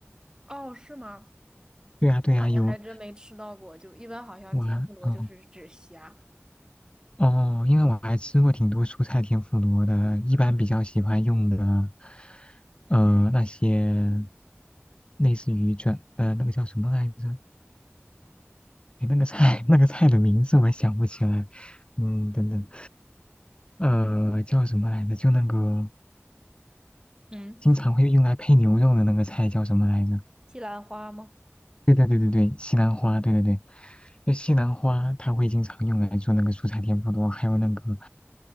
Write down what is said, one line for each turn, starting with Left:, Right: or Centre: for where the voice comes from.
Right: 哦，是吗？
Left: 对呀对呀，
Right: 我好像还真没吃到过，
Left: 有
Right: 就一般好像天妇罗就是指虾。
Left: 我还嗯。哦哦，因为我还吃过挺多蔬菜天妇罗的，一般比较喜欢用的，呃，那些类似于转，呃，那个叫什么来着？哎，那个菜，<laughs> 那个菜的名字我想不起来。嗯，等等，呃，叫什么来着？就那个
Right: 嗯，
Left: 经常会用来配牛肉的那个菜叫什么来着？
Right: 西兰花吗？
Left: 对对对对对，西兰花，对对对，就西兰花，它会经常用来做那个蔬菜天妇罗，还有那个，